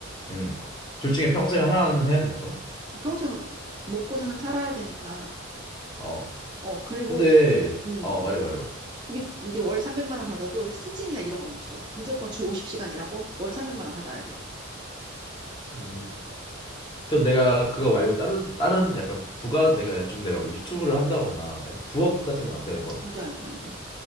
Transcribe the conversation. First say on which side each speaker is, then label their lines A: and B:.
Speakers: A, on the left (about 20°); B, on the right (about 20°).
A: 음, 둘 중에 평생 하나는 해야 되는 거야?
B: 평생 먹고서는 살아야 되니까.
A: 어.
B: 어, 그리고,
A: 근데,
B: 이- 음,
A: 어, 말해, 말해봐.
B: 이게 근데 월 300만 원 받아도 승진이나 이런 건 없어. 무조건 주 50시간 일하고 월 300만 원 받아야 돼.
A: 음. 그럼 내가 그거 말고 다른 다른 약간 부가 내가 좀 내가 뭐 유튜브를 한다거나 약간 부업 같은 건 안 되는 거야?
B: 안 돼, 안 돼, 안 돼.